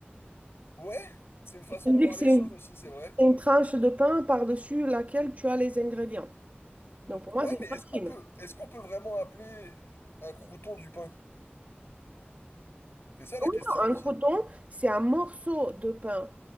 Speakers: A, on the left (about 80°); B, on the right (about 40°).
A: ouais, c'est une façon
B: Je dis
A: de voir
B: que c'est
A: les
B: une,
A: choses aussi, c'est vrai.
B: c'est une tranche de pain par-dessus laquelle tu as les ingrédients. Donc
A: Hmm,
B: pour
A: Ouais,
B: moi, c'est
A: mais
B: une tartine.
A: est-ce qu'on peut est-ce qu'on peut vraiment appeler un crouton du pain? C'est ça
B: Ah
A: la
B: Oui,
A: question
B: non, un
A: aussi.
B: croton, c'est un morceau de pain.